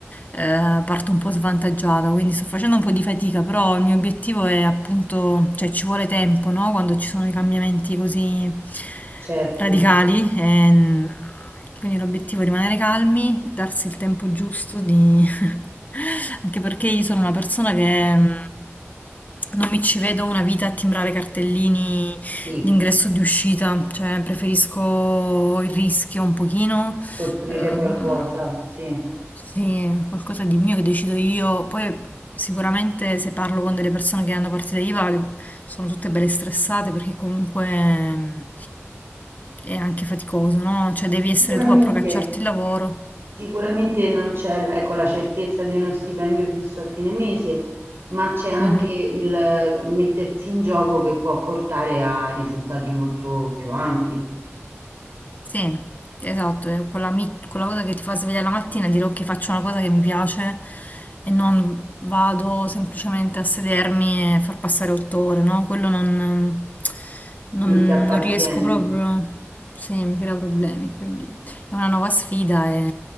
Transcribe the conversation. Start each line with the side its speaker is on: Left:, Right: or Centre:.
Left: eh, parto un po' svantaggiata, quindi sto facendo un po' di fatica, però il mio obiettivo è appunto, cioè ci vuole tempo, no? Quando ci sono i cambiamenti così
Right: Certo,
Left: radicali, ehm, quindi l'obiettivo è rimanere calmi, darsi il tempo giusto di... <laughs> anche perché io sono una persona che... mm, non mi ci vedo una vita a timbrare cartellini
Right: sì,
Left: L'ingresso di uscita, cioè preferisco il rischio un pochino,
Right: costruire
Left: ehm,
Right: qualcosa, sì.
Left: sì, qualcosa di mio che decido io. Poi sicuramente se parlo con delle persone che hanno partita IVA sono tutte belle stressate perché comunque ehm, è anche faticoso, no? Cioè devi essere
Right: Sicuramente,
Left: tu a procacciarti il lavoro.
Right: sicuramente non c'è, ecco, la certezza di uno stipendio fisso a fine mese, ma c'è anche
Left: Mhm.
Right: il mettersi in gioco che può portare a risultati molto più ampi.
Left: Sì, esatto, è quella, mi- quella cosa che ti fa svegliare la mattina e dire ok, faccio una cosa che mi piace e non vado semplicemente a sedermi e far passare otto ore, no? Quello non, non-
Right: Non ti appartiene.
Left: non riesco proprio, sì, mi crea problemi, quindi è una nuova sfida e